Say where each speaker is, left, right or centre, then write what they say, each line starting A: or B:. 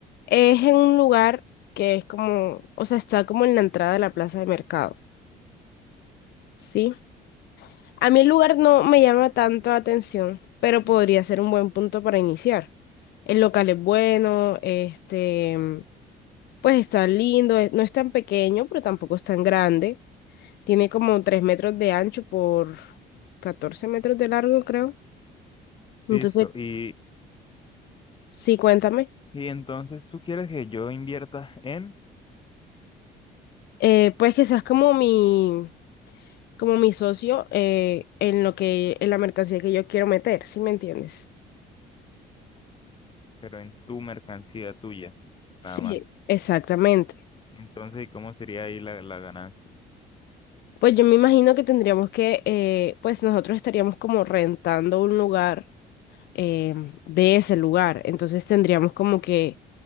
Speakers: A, on the left; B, on the left.
A: es en un lugar que es como, o sea, está como en la entrada de la plaza de mercado, ¿sí? A mí el lugar no me llama tanto la atención, pero podría ser un buen punto para iniciar. El local es bueno, este, pues está lindo, eh, no es tan pequeño, pero tampoco es tan grande. Tiene como 3 metros de ancho por 14 metros de largo, creo. Entonces,
B: Listo, y,
A: sí, cuéntame.
B: y entonces tú quieres que yo invierta en,
A: Eh, pues quizás como mi como mi socio eh, en lo que, en la mercancía que yo quiero meter, ¿sí me entiendes?
B: pero en tu mercancía tuya,
A: Sí,
B: nada más.
A: exactamente.
B: Entonces, ¿y cómo sería ahí la, la ganancia?
A: Pues yo me imagino que tendríamos que, eh, pues nosotros estaríamos como rentando un lugar eh, de ese lugar, entonces tendríamos como que,